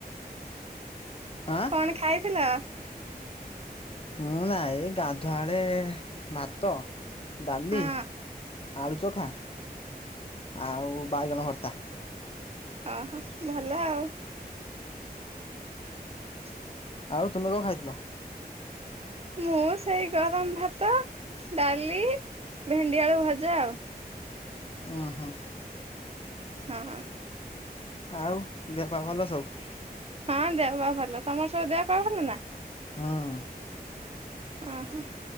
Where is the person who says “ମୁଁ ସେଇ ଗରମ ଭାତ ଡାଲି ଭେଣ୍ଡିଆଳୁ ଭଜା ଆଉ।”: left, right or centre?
Right